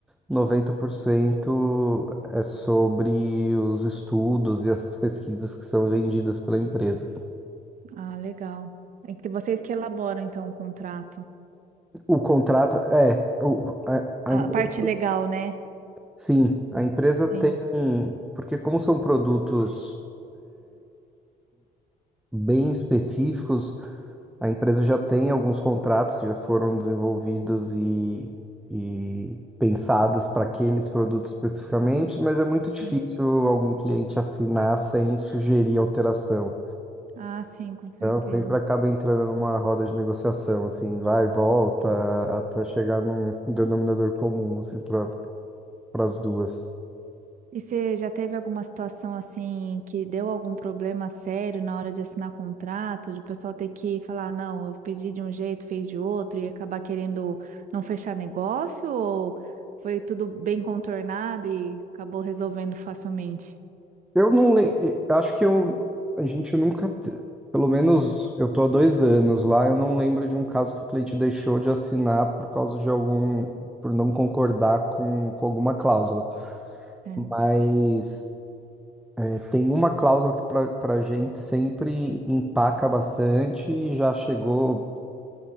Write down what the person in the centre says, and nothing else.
90% é sobre os estudos e essas pesquisas que são vendidas pela empresa.
O contrato é, o- a, a
empre-
sim, a empresa tem,
porque como são produtos bem específicos, a empresa já tem alguns contratos que já foram desenvolvidos e, e pensados para aqueles produtos especificamente, mas é muito difícil
algum cliente assinar sem sugerir alteração.
Ela sempre acaba entrando numa roda de negociação, assim, vai e volta, até chegar num denominador comum, assim, para as duas.
Eu não lembro, acho que eu, a gente nunca, te- pelo menos eu tô há dois anos lá, eu não lembro de um caso que o cliente deixou de assinar por causa de algum, por não concordar com, com alguma cláusula.
Mas é, tem uma cláusula que para a gente sempre empaca bastante e já chegou.